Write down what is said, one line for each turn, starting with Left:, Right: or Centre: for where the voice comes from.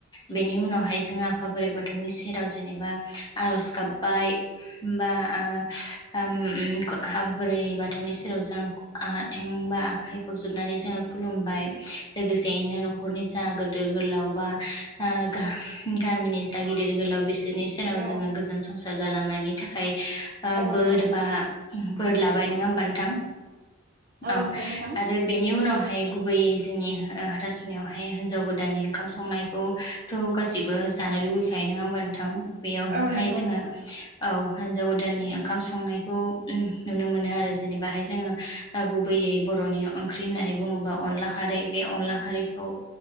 Left: बेनि उन नावहाय जोंङो आफा बोराइ बाथौनि सेराव जेनेबा आरज गाबबाय होनबा ओ ओम उम आफा बोराय बाथौनि सेराव जों आथिं बा आखाय खबजबनानै जोंङो खुलुमबाय लोगोसेयैनो न'खरनि जा गोदिर गोलाव बा ओ गा गामिनि जा गिदिर गोलाव बे सोरनि सेराव
Right: औ
Left: जोंङो गोजोन संसार जालांनायनि थाखाय
Right: औ
Left: बोर
Right: औ
Left: बा बोर लाबाय नोंङा होनबा नोंथां औ
Right: नंगौ नोंथां।
Left: आरो बेनि उनावहाय गुबैयै जोंनि ओ‌ हाथा सु नियावहाय हिनजाव गोदाननि ओंखाम संनायखौथ' गासिबो जानो लुुबैखायो नंङा होमबा नोंथां बेयावहाय
Right: औ नंगौ
Left: जोंङो
Right: नोंथां
Left: औ हिन्जाव गोदाननि ओंखाम संनायखौ नुनो मोनो आरो जेनेबाहाय जोंङो गुबै बर'नि ओंख्रि होननानै बुङोबा अनला खारै बे अनला खारैखौ